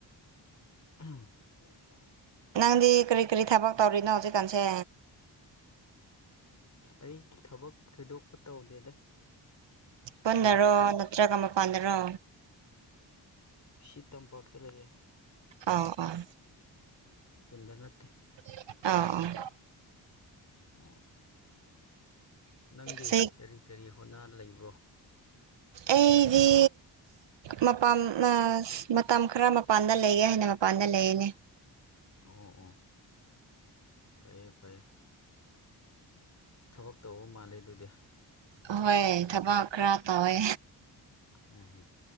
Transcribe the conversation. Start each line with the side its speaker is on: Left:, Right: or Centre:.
Left: <unintelligible>
Right: ꯅꯪꯗꯤ ꯀ꯭ꯔꯤ ꯀ꯭ꯔꯤ ꯊꯕꯛ ꯇꯧꯔꯤꯅꯣ ꯍꯧꯖꯤꯛ ꯀꯥꯟꯁꯦ
Left: ꯑꯩ ꯊꯕꯛ ꯊꯣꯏꯗꯣꯛꯄ ꯇꯧꯗꯦꯗ
Right: ꯄꯨꯟꯅꯔꯣ
Left: ꯍꯟꯗꯛꯇꯤ
Right: ꯅꯠꯇ꯭ꯔꯒ ꯃꯄꯥꯟꯗꯔꯣ
Left: ꯁꯤ ꯇꯝꯄꯥꯛꯇ ꯂꯩꯌꯦ
Right: ꯑꯥ ꯑꯣ
Left: ꯈꯨꯟꯗ ꯅꯠꯇꯦ
Right: ꯑꯥ ꯑ
Left: ꯑꯣ ꯅꯪꯗꯤ
Right: ꯁꯤ
Left: ꯀꯔꯤ ꯀꯔꯤ ꯍꯣꯠꯅ ꯂꯩꯕ꯭ꯔꯣ
Right: ꯑꯩꯗꯤ ꯃꯄꯥꯟ ꯃꯇꯝ ꯈꯔ ꯃꯄꯥꯟꯗ ꯂꯩꯒꯦ ꯍꯥꯏꯅ ꯃꯄꯥꯟꯗ ꯂꯩꯌꯦꯅꯦ
Left: ꯑꯣ ꯑꯣ ꯐꯩꯌꯦ ꯐꯩꯌꯦ ꯊꯕꯛ ꯇꯧꯕ ꯃꯥꯜꯂꯦ ꯑꯗꯨꯗꯤ
Right: ꯑꯍꯣꯏ ꯊꯕꯛ ꯈꯔ ꯇꯧꯋꯦ
Left: ꯎꯝ ꯍꯝ